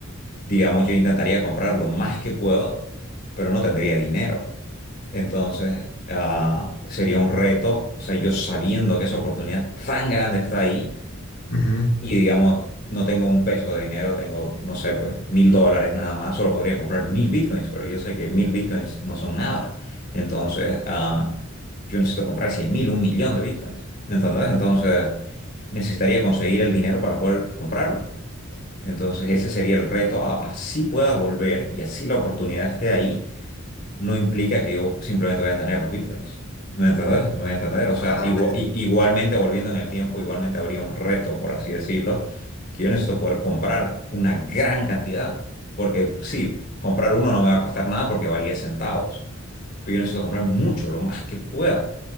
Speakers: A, on the left (about 50°); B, on the left (about 75°).
A: digamos yo intentaría comprar lo más que puedo, pero no tendría dinero. Entonces, ah, sería un reto, o sea, yo sabiendo que esa oportunidad tan grande está ahí
B: Ujú.
A: y digamos, no tengo un peso de dinero, tengo, no sé, pues mil dólares nada más, solo podría comprar mil bitcoins, pero yo sé que mil bitcoins no son nada. Entonces, ah, yo necesito comprar cien mil, un millón de bitcoins. ¿Entendés? Entonces, necesitaría conseguir el dinero para poder comprarlo. Entonces, ese sería el reto. a- Así pueda volver y así la oportunidad esté ahí no implica que yo simplemente voy a tener los bitcoins. ¿Me entendés? ¿Me voy a entender? O sea,
B: Ah,
A: igua-
B: ya,
A: i- igualmente volviendo en el tiempo, igualmente habría un reto, por así decirlo, que yo necesito poder comprar una gran cantidad. Porque sí, comprar uno no me va a costar nada porque valía centavos. Pero yo necesito comprar mucho, lo más que pueda.